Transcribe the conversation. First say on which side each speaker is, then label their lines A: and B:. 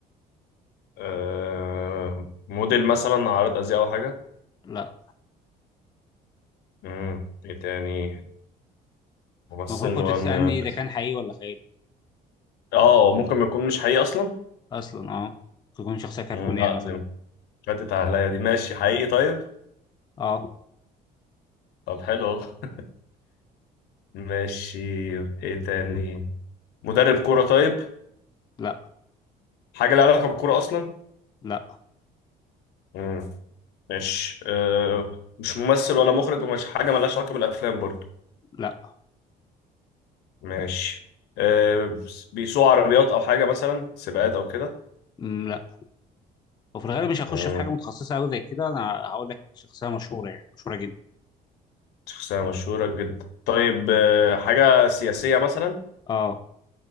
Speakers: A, on the left; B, on the left.
A: آه موديل مثلا عارض أزياء أو حاجة
B: لا
A: مم. ايه تاني ممثل
B: المفروض
A: مغني
B: كنت تسالني
A: عارض
B: ده
A: أزياء
B: كان حقيقي ولا خيالي
A: اه ممكن ما يكون مش حقيقي أصلا
B: اصلا اه تكون شخصيه كرتونيه
A: مم. لا
B: مثلا
A: دي فاتت عليا دي ماشي حقيقي طيب
B: اه
A: طب حلو أهو. <laughs> ماشي ايه تاني مدرب كورة طيب
B: لا
A: حاجة لها علاقة بالكورة أصلا
B: لا
A: مم. ماشي آه مش ممثل ولا مخرج ومش حاجة ملهاش علاقة بالأفلام برضو
B: لا
A: ماشي آه بيسوق عربيات أو حاجة مثلا سباقات أو كده
B: مم، لا وفي الغالب مش هخش
A: مم.
B: في حاجه متخصصه قوي زي كده انا هقول لك شخصيه مشهوره يعني مشهوره جدا
A: شخصية مشهورة جدا طيب آه حاجة سياسية مثلا
B: اه